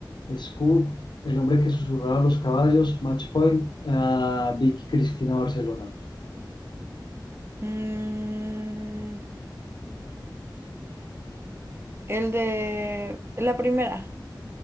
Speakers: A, on the left (about 70°); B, on the right (about 30°).
A: Scoop, El hombre que susurraba a los caballos, Match Point, ah, Vicky Cristina Barcelona.
B: Mm, el de la primera,